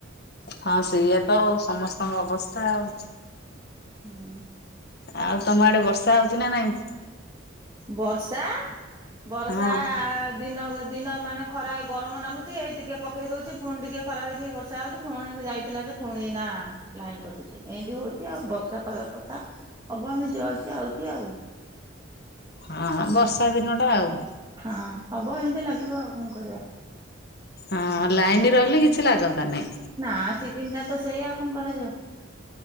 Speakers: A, on the left; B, on the right.
A: ହଁ ସେଇଆ ତ ଆଉ ସମସ୍ତଙ୍କ ଅବସ୍ତା ଆଉ।
B: ହୁଁଉଁ।
A: ଆଉ ତମ ଆଡେ ବର୍ଷା ହୋଉଚି ନା ନାଇଁ?
B: ବର୍ଷା ବର୍ଷା
A: ହଁ
B: ଆ ଦିନ କ ଦିନ ମାନେ ଖରା ଏ ଗରମ ନାଗୁଚି ଏଇ ଟିକେ ପକେଇ ଦୋଉଚି ଫୁଣି ଟିକିଏ ଖରା ଦେଖିକି ବର୍ଷା ଆଉଚି ଫୁଣି ଯାଇଥିଲା ଯେ ଫୁଣି ଏଇନା ଲାଇନ୍ କଟୁଚି ଏନ୍ତି ହୋଉଚି ଆଉ ବର୍ଷା ପାଗ କଥା ହବ ଏମି ଯାଉଚି ଆଉଚି ଆଉ।
A: ହଁ ହଁ ବର୍ଷା ଦିନଟା ଆଉ।
B: ହଁ ହବ ଏମତି ନାଗିବ ଆଉ କଣ କରିବା।
A: ହଁ ଲାଇନରହିଲେ କି? କିଛି ଲାଗନ୍ତା ନାଇଁ।
B: ନା ସିଜିନ ଟା ତ ସେଇଆ ଆଉ କଣ କରାଯିବ।